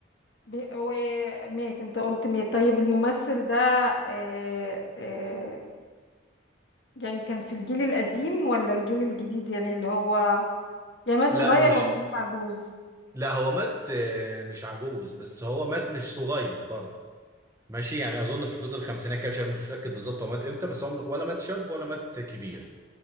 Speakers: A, on the left (about 65°); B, on the right (about 15°).
A: بي... ومات انت قلت مات طيب الممثل ده آه، آه، يعني كان في الجيل القديم ولا الجيل الجديد يعني اللي هو يعني مات
B: لا
A: صغير
B: مش
A: ولا مات عجوز
B: لا هو مات آه، مش عجوز بس هو مات مش صغير برضه ماشي يعني اظن في حدود الخمسينات كده مش عارف مش متاكد بالظبط هو مات امتى بس هو ولا مات شاب ولا مات كبير